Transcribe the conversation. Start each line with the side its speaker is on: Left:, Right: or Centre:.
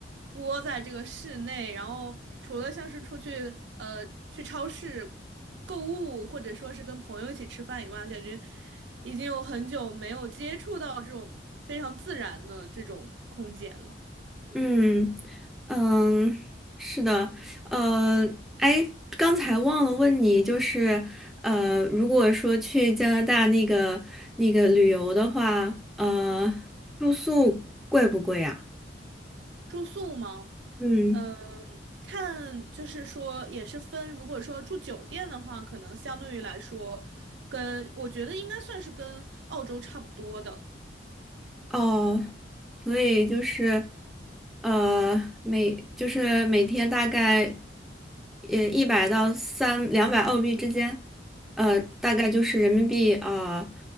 Right: 窝在这个室内，然后除了像是出去呃去超市购物，或者说是跟朋友一起吃饭以外，感觉已经有很久没有接触到这种非常自然的这种空间了。
Centre: 嗯嗯，是的，呃，哎，刚才忘了问你，就是呃，如果说去加拿大那个那个旅游的话，呃，住宿贵不贵啊？
Right: 住宿吗？
Centre: 嗯，
Right: 嗯，看，就是说也是分，如果说住酒店的话，可能相对于来说，跟我觉得应该算是跟澳洲差不多的。
Centre: 哦，所以就是，呃，每就是每天大概，呃，一百到三两百澳币之间，呃，大概就是人民币啊，